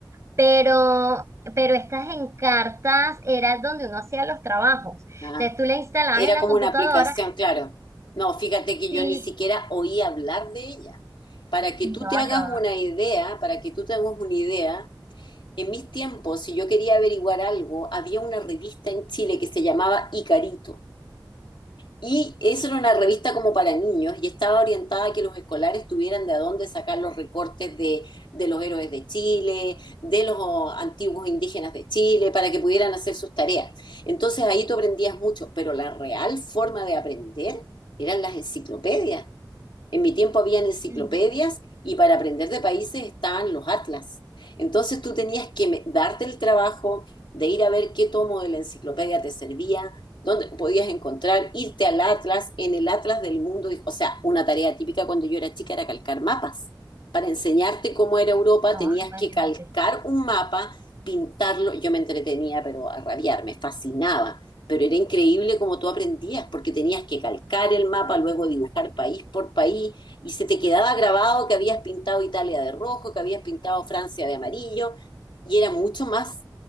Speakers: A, on the right; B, on the left.
A: pero, pero estas encartas era donde uno hacía los trabajos.
B: Ah,
A: Entonces tú le instalabas
B: era
A: en la
B: como
A: computadora
B: una aplicación, claro. No, fíjate que
A: y
B: yo ni siquiera oí hablar de ella. Para que
A: no,
B: tú te
A: yo,
B: hagas una idea, para que tú te hagas una idea, en mis tiempos, si yo quería averiguar algo, había una revista en Chile que se llamaba Icarito. Y eso era una revista como para niños y estaba orientada a que los escolares tuvieran de a dónde sacar los recortes de, de los héroes de Chile, de los antiguos indígenas de Chile, para que pudieran hacer sus tareas. Entonces ahí tú aprendías mucho, pero la real forma de aprender eran las enciclopedias. En mi tiempo había enciclopedias
A: ujú,
B: y para aprender de países estaban los atlas. Entonces tú tenías que me- darte el trabajo de ir a ver qué tomo de la enciclopedia te servía, dónde podías encontrar, irte al atlas, en el atlas del mundo. y- O sea, una tarea típica cuando yo era chica era calcar mapas. Para enseñarte cómo era Europa
A: no,
B: tenías
A: imagínate.
B: que calcar un mapa, pintarlo. Yo me entretenía, pero a rabiar, me fascinaba pero era increíble como tú aprendías, porque tenías que calcar el mapa, luego dibujar país por país, y se te quedaba grabado que habías pintado Italia de rojo, que habías pintado Francia de amarillo, y era mucho más